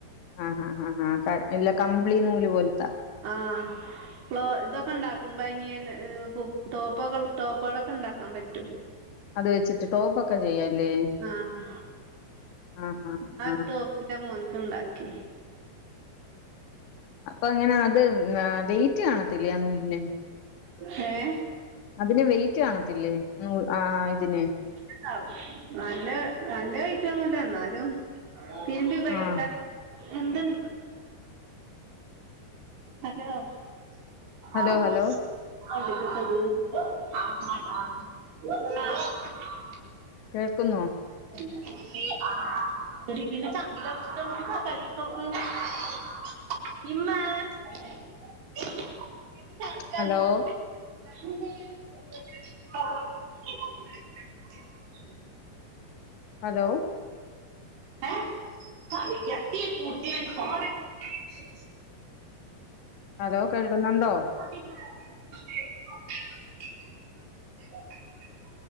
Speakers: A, on the left; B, on the right.
A: ആഹ് ഹാഹാഹാ ഇല്ല കമ്പിളി നൂല് പോലത്ത
B: ആഹ് ക്ലോ ഇതൊക്കെ ഉണ്ടാകും ബനിയൻ ടോപ്പ്കൾ ടോപ്പ്കളൊക്കെ ഉണ്ടാക്കാൻ പറ്റും
A: അത് വെച്ചിട്ട്ടോപ്പ് ഒക്കെ ചെയ്യാം. ല്ലേ
B: ആഹ്
A: ആഹ് ആഹ്
B: ആ ഒരു
A: ആഹ്-
B: ടോപ്പ് ഇന്റെ മോൻക്ക് ഇണ്ടാക്കി
A: അപ്പൊ അങ്ങനെ അത് വെയ്റ്റ് കാണത്തില്ലെ ആ നൂലിന്
B: ഹേ
A: അതിന് വെയിറ്റ് കാണത്തില്ലേ ആ ഇതിന്.
B: വെയ്റ്റ്ണ്ടാവും നല്ല നല്ല വെയ്റ്റ് ഒന്നുല എന്നാലും തിരുമ്പി ഉപയോഗിക്കാനക്ക
A: ആഹ്
B: എന്തൻ ഹലോ.
A: ഹലോ
B: ആഹ
A: ഹലോ
B: <unintelligible>
A: കേൾക്കുന്നോ
B: <unintelligible> <unintelligible> <unintelligible>
A: ഹലോ
B: <unintelligible>
A: ഹലോ
B: <unintelligible>
A: ഹലോ കേൾക്കുന്നുണ്ടോ
B: <unintelligible>